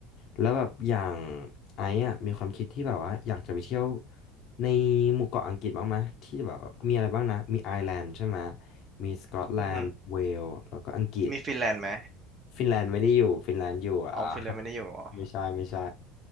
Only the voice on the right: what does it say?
อือฮึมีฟินแลนด์ไหม
อ๋อฟินแลนด์ไม่ได้อยู่เหรอ